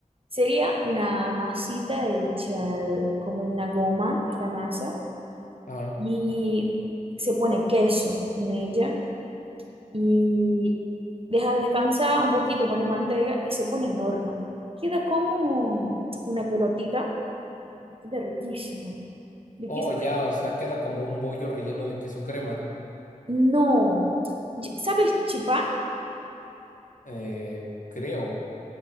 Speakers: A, on the right; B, on the left.
A: Sería una masita hecha como una goma, esta masa
B: ajá.
A: y se pone queso en ella y deja descansar un poquito, pone manteca y se pone en horno. Queda como una pelotita, queda riquísimo. Riquísimo.
B: Oh, ya, o sea, queda como un bollo relleno de queso crema,
A: No, Ch- ¿sabes chipá?
B: eh, creo.